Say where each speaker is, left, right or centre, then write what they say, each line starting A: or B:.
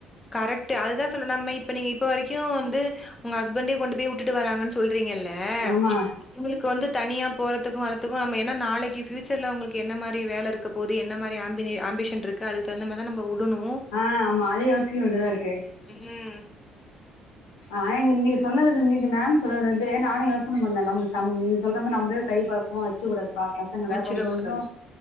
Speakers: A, on the left; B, on the left.
A: கரக்ட் அதுதா சொல்ல நம்ம இப்ப நீங்க இப்ப வரைக்கும் வந்து உங்க ஹஸ்பண்டே கொண்டு போய் வுட் வட்டுட்டு வராங்கனு சொல்றீங்கல்ல
B: ஆமா
A: இவுங்களுக்கு வந்து தனியா போறதுக்கு வரதுக்கு நம்ம என்னா நாளக்கி ப்யூச்சர்ல உங்களுக்கு என்ன மாரி வேல இருக் க போது என்ன மாரி அம்பிஷன் இருக்கு அதுக்தகுந்த மாரிதா நம்ம உடணு
B: ஆ ஆமா அதேயு யோசிக்க வேண்டியதா இருக்கு
A: உம்
B: ஆனா இன்னக்கி சொன்னதுல இருந்து இன்னக்கி மேம் சொல்றத வந்து நானு யோசன பண்ணே நம்ம நீங்க சொல்ற மாரி நம்மளே கை பழக்கமா வச்சுக்க கூடாது பாப்போம் நம்பளா
A: வச்சுக்க
B: கொண்டு வந்தோ
A: கூடாது.